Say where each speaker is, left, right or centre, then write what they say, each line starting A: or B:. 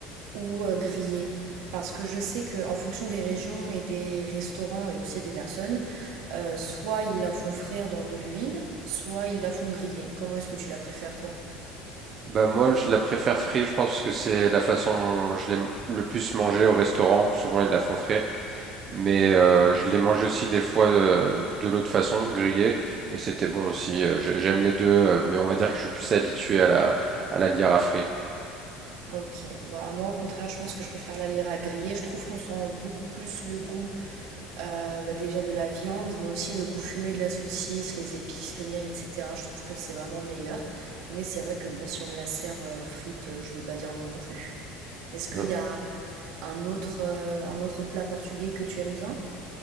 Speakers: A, on the right (about 70°); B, on the right (about 30°).
A: ou euh, grillé. Parce que je sais qu'en fonction des régions et des restaurants et aussi des personnes, euh, soit ils la font frire dans de l'huile, soit ils la font griller. Comment est-ce que tu la préfères, toi?
B: Bah, moi, je la préfère frite, je pense, parce que c'est la façon dont je l'ai m- le plus mangée au restaurant. Souvent, ils la font frite. Mais euh, je l'ai mangée aussi des fois euh, de l'autre façon, grillée. Et c'était bon aussi. Euh, je- J'aime les deux, euh, mais on va dire que je suis plus habitué à la, à la Liara frite.
A: Ok, bah moi au contraire, je pense que je préfère la lire à griller. Je trouve qu'on sent beaucoup plus le goût euh, bah, déjà de la viande, mais aussi le goût fumé de la saucisse, les épices, le miel, etc. Je trouve que c'est vraiment meilleur. Mais c'est vrai que bon, si on me la sert euh, frite, euh, je vais pas dire non non plus. Est-ce qu'il
B: Euh,
A: y a Un autre, heu, un autre plat portugais que tu aimes bien?